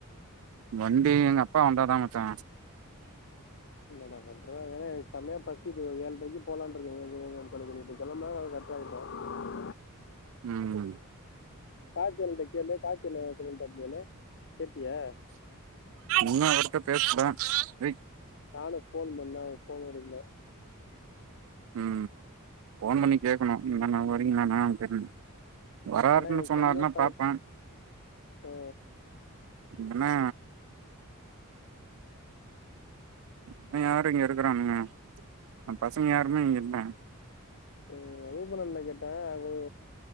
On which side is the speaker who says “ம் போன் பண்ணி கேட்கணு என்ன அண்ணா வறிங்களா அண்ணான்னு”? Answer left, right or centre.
Right